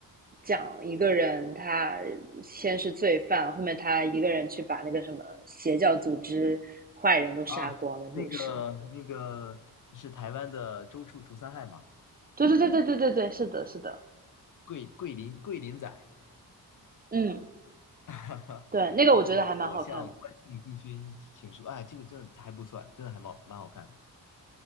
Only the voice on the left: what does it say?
啊？那个那个是台湾的周处除三害吗？
桂桂林桂林仔，
<laughs> 哈哈
我嗯，帝君请说，哎，这个真的还不错，真的还蛮蛮好看的。